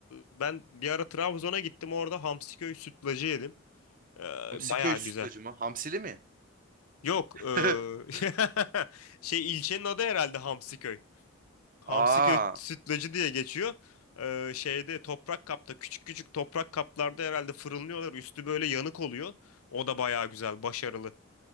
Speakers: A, on the left (about 80°); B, on the right (about 40°).
A: ben bir ara Trabzon'a gittim. Orada Hamsiköy sütlacı yedim. E,
B: Hamsi
A: bayağı
B: köy sütlacı
A: güzeldi.
B: mı? Hamsili mi?
A: Yok.
B: <laughs>
A: eee, <laughs> şey ilçenin adı herhalde Hamsiköy. Hamsiköy
B: Aa.
A: sütlacı diye geçiyor. Eee, şeyde toprak kapta küçük küçük toprak kaplarda herhalde fırınlıyorlar. Üstü böyle yanık oluyor. O da bayağı güzel, başarılı.